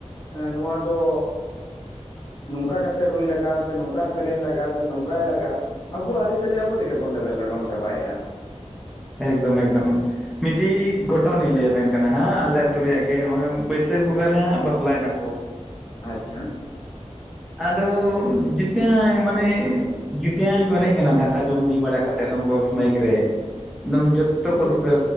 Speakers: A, on the left; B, in the centre.
A: ᱱᱚᱣᱟ ᱫᱚ ᱱᱚᱝᱠᱟ ᱠᱟᱛᱮ ᱨᱩᱭ ᱞᱟᱜᱟᱜᱼᱟ ᱥᱮ, ᱱᱚᱝᱠᱟ ᱥᱮᱨᱮᱧ ᱞᱟᱜᱟᱜᱼᱟ, ᱥᱮ ᱱᱚᱝᱠᱟᱭ ᱞᱟᱜᱟᱜᱼᱟ᱾ ᱟᱵᱚᱣᱟᱜ ᱟᱹᱨᱤᱪᱟᱹᱞᱤ ᱟᱵᱚ ᱛᱮᱜᱮ ᱵᱚᱱ ᱞᱮᱵᱮᱫ ᱞᱚᱴᱚᱢ ᱪᱟᱵᱟᱭᱮᱫᱼᱟ᱾
B: ᱮᱠᱫᱚᱢ ᱮᱠᱫᱚᱢ, ᱢᱤᱫᱴᱤᱡ ᱜᱷᱚᱴᱚᱱ ᱞᱤᱧ ᱞᱟᱹᱭ ᱟᱵᱮᱱ ᱠᱟᱱᱟ ᱦᱟᱸᱜ ᱟᱞᱮ ᱟᱹᱛᱩ ᱨᱮᱭᱟᱜ ᱜᱮ, ᱱᱚᱜᱚᱭ ᱵᱟᱹᱭ ᱵᱟᱹᱭᱥᱟᱹᱠᱷ ᱵᱚᱸᱜᱟ ᱨᱮ ᱦᱟᱸᱜ ᱵᱟᱯᱞᱟᱭ ᱱᱟ ᱠᱚ᱾
A: ᱟᱪᱪᱷᱟ᱾
B: ᱟᱫᱚ ᱡᱤᱛᱱᱟ ᱢᱟᱱᱮ ᱡᱩᱛᱭᱧ ᱠᱚ ᱮᱱᱮᱡ ᱠᱟᱱᱟ ᱫᱟᱠᱟ ᱡᱚᱢ ᱵᱤ ᱵᱟᱲᱟ ᱠᱟᱛᱮᱫ ᱵᱚᱠᱥ ᱢᱟᱭᱤᱠ ᱨᱮ ᱮᱠᱫᱚᱢ ᱡᱚᱛᱚ
A: ᱦᱳᱭ
B: ᱛᱚᱠᱚ ᱫᱷᱩᱨᱟ᱾